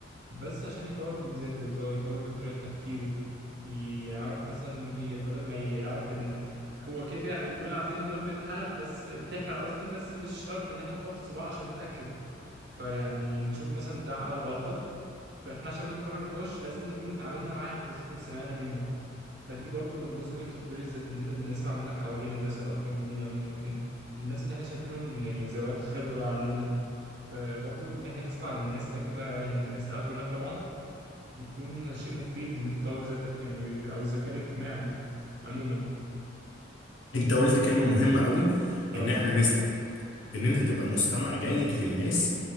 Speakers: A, on the right; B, on the left.
A: بس عشان يطور من ذاته يز- يطور من طريقه تفكيره يعرف مثلا ي- بدل ما يعرف ان هو كده كده كلنا عارفين ان النار بتحرق بس بتحرق قصدي بس مش شرط ان احنا نحط صباعنا عشان نتاكد فيعني نشوف مثلا ده عمل غلطه فاحنا عشان ما نكررهاش لازم نكون اتعاملنا معاه لازم نكون سمعنا منه فدي برضو من جزء من تطوير الذات ان انت نسمع من اللي حوالينا الناس اللي اكبر مننا من ممكن الناس اللي احنا شايفينهم يعني ذوات خبرة عننا فبرضو ان احنا نسمع للناس ده كده يعني الناس اللي اكبر مننا طبعا يكون شيء مفيد ان انت تطور ذاتك يعني او الذكاء الاجتماعي عموما
B: انت قلت كلمة مهمة قوي
A: اه
B: ان احنا ان انت تبقى مستمع جيد للناس